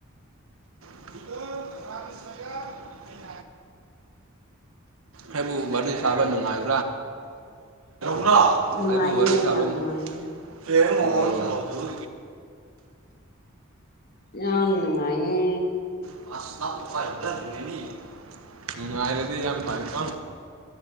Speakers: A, on the right (about 80°); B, on the left (about 45°).
A: <unintelligible> ꯑꯩꯕꯨ ꯋꯥꯔꯤ ꯁꯥꯕ ꯅꯨꯡꯉꯥꯏꯕ ꯕ꯭ꯔꯥ
B: ꯅꯨꯡꯉꯥꯏꯌꯦ
A: ꯑꯩꯕꯨ ꯋꯥꯔꯤ ꯁꯕꯥ
B: ꯌꯥꯝ ꯅꯨꯡꯉꯥꯏꯌꯦ
A: ꯑꯝ <unintelligible> <unintelligible>
B: ꯌꯥꯝ ꯅꯨꯡꯉꯥꯏꯌꯦ
A: <unintelligible> ꯅꯨꯡꯉꯥꯏꯔꯗꯤ ꯌꯥꯝ ꯐꯩꯀꯣ